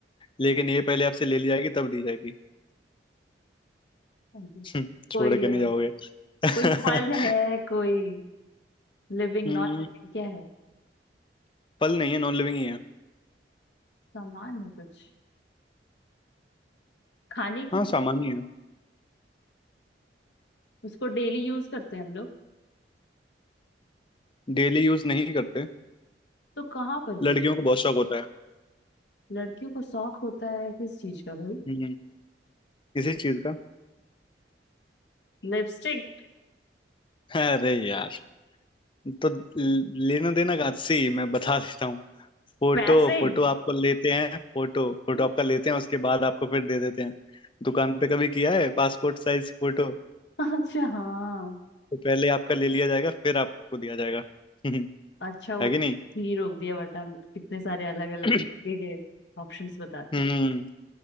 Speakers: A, on the left (about 30°); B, on the left (about 70°).
A: लेकिन ये पहले आपसे ले ली जाएगी तब दी जाएगी <laughs>
B: जी।
A: हम्म,
B: कोई
A: छोड़ के
B: अ,
A: नहीं जाओगे <laughs>
B: कोई फल है कोई लिविंग
A: हम्म
B: नॉन लिविंग क्या है
A: फल नहीं है नॉन लिविंग ही है
B: सामान है कुछ खाने की
A: हाँ
B: चीज
A: सामान्य है
B: उसको डेली यूज करते हैं हम लोग
A: डेली यूज नहीं करते
B: तो कहाँ पर यूज
A: लड़कियों को बहुत शौक होता है
B: लड़कियों को शौक होता है किस चीज का भाई
A: हम्म इसी चीज का
B: लिपस्टिक
A: अरे यार तो ल- लेना देना का सी मैं बता देता हूँ फोटो
B: पैसे
A: फोटो आपको लेते हैं फोटो फोटो
B: <laughs>
A: आपका लेते हैं उसके बाद आपको फिर दे देते हैं दुकान पे कभी किया है पासपोर्ट साइज फोटो
B: अच्छा हाँ
A: तो पहले आपका ले लिया जाएगा फिर आपको दिया जाएगा हम्म,
B: अच्छा हुआ
A: है
B: तो
A: कि नहीं
B: ही रोक दिया वरना कितने सारे अलग अलग
A: <clears throat>
B: तुक्के के ऑप्शंस बताती
A: हम्म